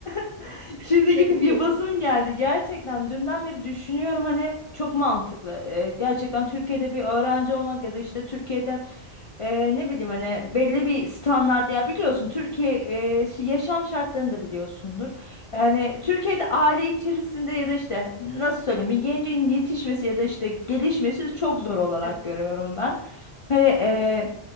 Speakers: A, on the left (about 60°); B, on the right (about 80°).
A: <laughs> Şimdi
B: Direkt
A: gidip yapasım
B: gidiyorsun.
A: geldi. Gerçekten dünden beri düşünüyorum hani çok mantıklı. Ee, gerçekten Türkiye'de bir öğrenci olmak ya da işte Türkiye'de e, ne bileyim hani belli bir standart ya biliyorsun Türkiye e, şi- yaşam şartlarını da biliyorsundur. Yani Türkiye'de aile içerisinde ya da işte nasıl söyleyeyim bir gencin yetişmesi ya da işte gelişmesi çok zor olarak
B: Evet.
A: görüyorum ben. Hani e,